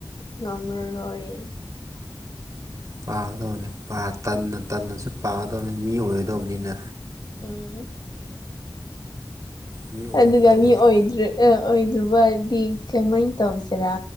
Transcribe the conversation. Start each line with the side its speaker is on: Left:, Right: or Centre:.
Left: ꯉꯝꯃꯔꯣꯏ
Right: ꯄꯥꯒꯗꯕꯅꯤ ꯇꯟꯅ ꯇꯟꯅꯁꯨ ꯄꯥꯒꯗꯕꯅꯤ ꯃꯤ ꯑꯣꯏꯒꯗꯕꯅꯤꯅ
Left: ꯎꯝ
Right: ꯃꯤ ꯑꯣꯏꯅꯕ
Left: ꯑꯗꯨꯒ
Right: ꯇꯧꯍꯩ
Left: ꯃꯤ ꯑꯣꯏꯗ꯭ꯔꯦ ꯑꯣꯏꯗꯕꯗꯤ ꯀꯃꯥꯏ ꯇꯧꯁꯤꯔꯥ